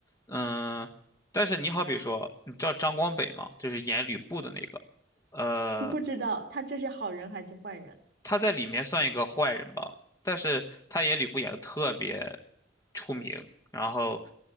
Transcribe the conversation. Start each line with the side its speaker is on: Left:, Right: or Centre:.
Left: 嗯，但是你好比说，你知道张光北吗？就是演吕布的那个，呃，
Right: <laughs> 不知道他这是好人还是坏人？
Left: 他在里面算一个坏人吧，但是他演吕布演的特别出名，然后